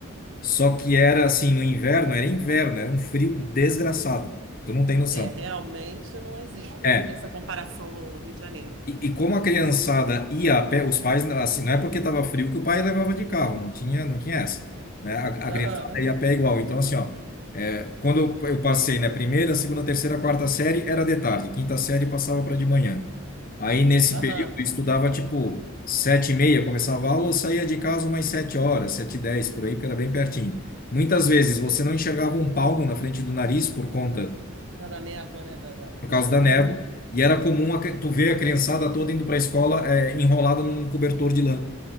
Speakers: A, on the left; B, on the right.
A: Só que era assim, no inverno, era inverno, era um frio desgraçado. Tu não tem noção.
B: é, realmente não existe
A: É.
B: essa comparação no Rio de Janeiro.
A: E, e como a criançada ia a pé, os pais, assim, não é porque estava frio que o pai levava de carro, não tinha, não tinha essa, né? A, a
B: Aham,
A: criançada
B: aham.
A: ia a pé igual. Então, assim, ó, é, quando eu passei, né, primeira, segunda, terceira, quarta série era de tarde, quinta série passava para de manhã. Aí, nesse
B: aham.
A: período, eu estudava, tipo, sete e meia, começava a aula, eu saía de casa umas sete horas, sete e dez, por aí, porque era bem pertinho. Muitas vezes você não enxergava um palmo na frente do nariz por conta
B: Da da névoa, né? Da, da,
A: por
B: da
A: causa
B: neblina.
A: da névoa, e era comum a cri- tu ver a criançada toda indo para a escola é, enrolada num cobertor de lã.